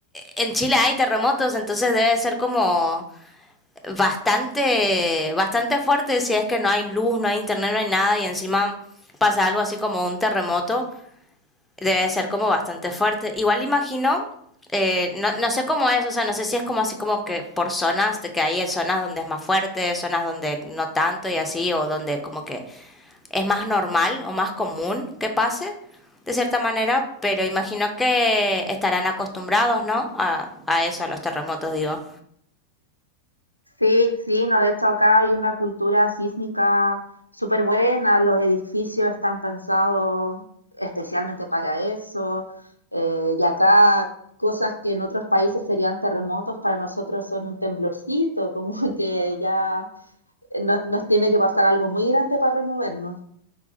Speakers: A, in the centre; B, on the left (about 80°).
A: en Chile hay terremotos, entonces debe ser como bastante, bastante fuerte si es que no hay luz, no hay internet, no hay nada y encima pasa algo así como un terremoto debe ser como bastante fuerte. Igual imagino, eh, no, no sé cómo es, o sea, no sé si es como así como que por zonas, de que hay zonas donde es más fuerte, zonas donde no tanto y así, o donde como que es más normal o más común que pase, de cierta manera, pero imagino que estarán acostumbrados, ¿no? A, a eso, a los terremotos, digo.
B: Sí, sí, no, de hecho acá hay una cultura sísmica súper buena, los edificios están pensados especialmente para eso, eh, y acá cosas que en otros países serían terremotos, para nosotros son un temblorcito, <laughs> como que ya no- nos tiene que pasar algo muy grande para removernos.